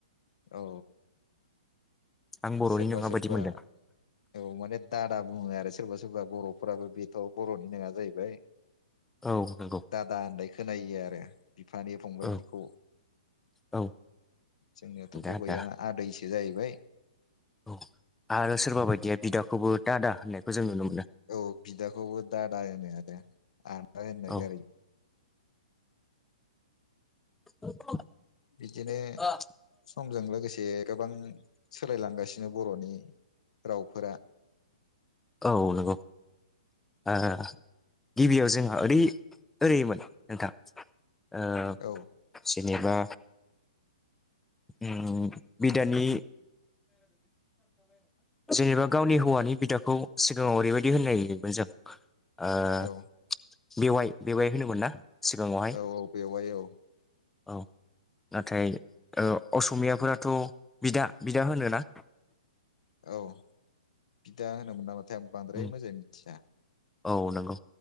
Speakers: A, on the left (about 65°); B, in the centre.
A: औ।
B: आं बर'नि
A: सोरबा
B: नङा
A: सोरबा
B: बायदि मोनदों
A: औ माने दा दा बुङो आरो सोरबा सोरबा बर'फोराबो बेथ' बर'नि नेङा जाहैबाय
B: औ नंगौ
A: दादा होननाय खोनायो आरो बिफानि फंबायफोरखौ
B: औ औ
A: जोंनियाथ'
B: दा
A: गुबैया
B: दा
A: आदैसो। बि जाहैबाय
B: औ आरो सोरबा बायदिया बिदाखौबो दादा होननायखौ जों नुनो मोनो।
A: औ बिदाखौबो दादा होनो आरो, आदा होननो
B: औ
A: गारै
B: <unintelligible>
A: बिदिनो
B: औ
A: समजों लोगोसे गोबां सोलायलांगासिनो बर'नि रावफोरा।
B: औ नंगौ। ओ गिबियाव जोंहा ओरै ओरै मोन नोंथां। ओ
A: औ
B: जेनेबा उम बिदानि जेनेबा गावनि हौवानि बिदाखौ सिगांङाव ओरै बायदि होननाय नुयोमोन जों आह
A: औ
B: बेवाइ बेवाइ होनोमोन ना? सिगाङावहाय
A: औ औ बेवाय औ
B: औ नाथाय औ असमियाफोराथ' बिदा बिदा होनो ना?
A: औ बिदा होनोमोन नामाथाय आम बांद्राय
B: उम
A: मोजां मिथिया
B: औ नंगौ